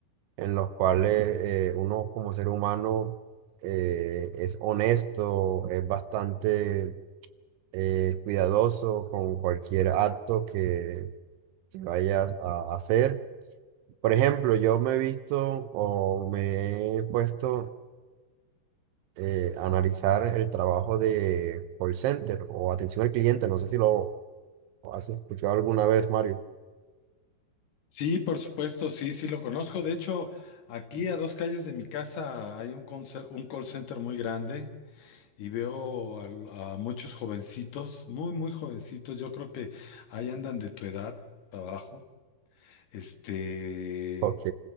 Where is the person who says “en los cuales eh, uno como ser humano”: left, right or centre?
Right